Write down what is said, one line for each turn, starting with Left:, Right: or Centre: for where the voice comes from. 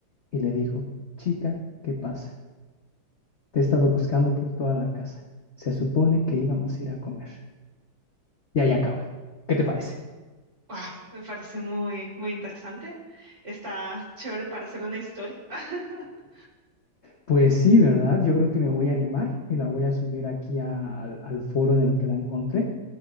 Left: y le dijo, chica, ¿qué pasa? Te he estado buscando por toda la casa. Se supone que íbamos a ir a comer. Y ahí acaba. ¿Qué te parece?
Right: Ah, me parece muy, muy interesante. Está chévere para hacer una historia. <laughs>
Left: Pues sí, ¿verdad? Yo creo que me voy a animar y la voy a subir aquí a- al, al foro en el que la encontré.